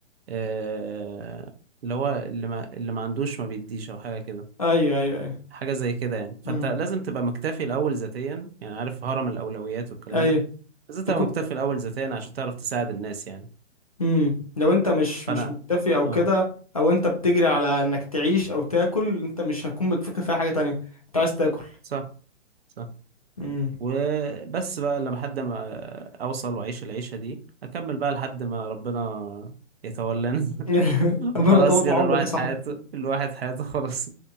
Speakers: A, on the right; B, on the left.
A: آه اللي هو اللي ما اللي ما عندوش ما بيديش او حاجة كده
B: ايوه ايوه ايوه
A: حاجة زي كده يعني فأنت
B: امم
A: لازم تبقى مكتفي الأول ذاتيا يعني عارف هرم الأولويات والكلام
B: ايوه
A: ده لازم تبقى
B: تكون
A: مكتفي الأول ذاتيا عشان تعرف تساعد الناس يعني
B: امم لو انت مش
A: فأنا
B: مش مكتفي او
A: اه
B: كده او انت بتجري على انك تعيش او تاكل انت مش هتكون بتفكر في أي حاجه تانية انت عايز تاكل
A: صح صح
B: امم
A: وبس بقى لما حد ما أوصل وأعيش العيشة دي أكمل بقى لحد ما ربنا يتولانا <laughs>
B: <laughs> ربنا
A: وخلاص
B: يطول في
A: كده
B: عمرك
A: الواحد
B: يا صاحبي
A: حياته الواحد حياته خلاص